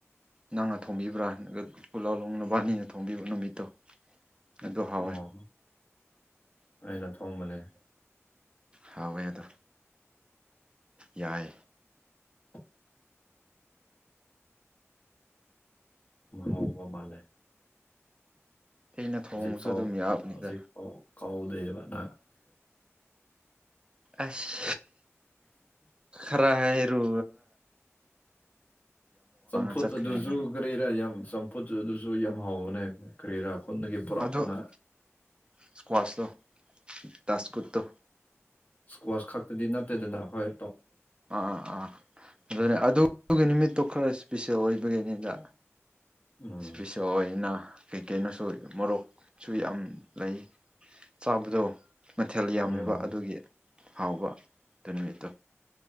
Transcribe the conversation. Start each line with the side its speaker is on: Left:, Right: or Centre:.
Right: ꯅꯪꯅ ꯊꯣꯡꯕꯤꯕ꯭ꯔꯥ ꯅ ꯄꯨꯂꯥꯂꯣꯡ ꯅꯨꯕꯥꯅꯤꯅ ꯊꯣꯡꯕꯤꯕ ꯅꯨꯃꯤꯠꯇꯣ ꯑꯗꯨ ꯍꯥꯎꯋꯦ
Left: ꯑꯣ ꯑꯩꯅ ꯊꯣꯡꯕꯅꯦ
Right: ꯍꯋ ꯌꯥ ꯑꯗꯣ ꯌꯥꯏ
Left: ꯎꯝ ꯍꯥꯎ ꯎꯕ ꯃꯥꯂꯦ
Right: ꯑꯩꯅ ꯊꯣꯡꯕꯁꯨ
Left: ꯍꯧꯖꯤꯛ ꯐꯥꯎ
Right: ꯑꯗꯨꯝ ꯌꯥꯕꯅꯤꯗ
Left: ꯍꯧꯖꯤꯛꯐꯥꯎ ꯀꯥꯎꯗꯦꯕꯅ
Right: ꯑꯁ ꯈꯔ ꯍꯥꯏꯔꯨ
Left: ꯆꯝꯐꯨꯠ
Right: ꯆꯠꯈ꯭ꯔꯦꯅꯦ
Left: ꯑꯗꯨꯁꯨ ꯀꯔꯤꯔꯥ ꯌꯥꯝ ꯆꯝꯐꯨꯠ ꯑꯗꯨꯁꯨ ꯌꯥꯝ ꯍꯥꯎꯕꯅꯦ ꯀꯔꯤꯔꯥ ꯗꯒꯤ ꯄꯨꯔꯥ
Right: ꯑꯗꯣ
Left: ꯈꯅ
Right: ꯏꯁꯀ꯭ꯋꯥꯁꯇꯣ ꯗꯥꯁꯀꯨꯠꯇꯣ
Left: ꯏꯁꯀ꯭ꯋꯥꯁ ꯈꯥꯛꯇꯗꯤ ꯅ ꯇꯦꯗꯅ ꯍꯣꯏ
Right: ꯑꯥ ꯑꯥ ꯑꯥ ꯑꯗꯨꯅꯦ ꯑꯗꯨꯒꯤ ꯅꯨꯃꯤꯠꯇꯣ ꯈꯔ ꯏꯁꯄꯤꯁꯦꯜ ꯑꯣꯏꯕꯒꯤꯅꯤꯗ
Left: ꯎꯝ
Right: ꯁꯤꯄꯤꯁ ꯑꯣꯏꯅ ꯀꯩ ꯀꯩꯅꯣꯁꯨ ꯃꯣꯔꯣꯛꯁꯨ ꯌꯥꯝ ꯂꯩ ꯆꯥꯕꯗꯣ ꯃꯊꯦꯜ ꯌꯥꯝꯃꯤꯕ
Left: ꯎꯝ
Right: ꯑꯗꯨꯒꯤ ꯍꯥꯎꯕ ꯑꯗꯨ ꯅꯨꯃꯤꯠꯇꯣ